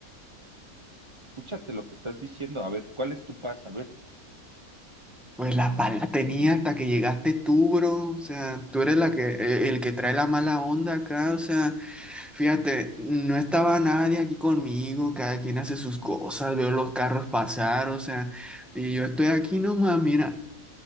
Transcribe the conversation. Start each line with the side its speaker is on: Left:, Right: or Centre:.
Right: Escúchate lo que estás diciendo. A ver, ¿cuál es tu paz? A ver,
Centre: Pues la pala tenía hasta que llegaste tú, bro. O sea, tú eres la que, e- el que trae la mala onda acá. O sea, fíjate, no estaba nadie aquí conmigo. Cada quien hace sus cosas. Veo los carros pasar, o sea, y yo estoy aquí nomás, mira,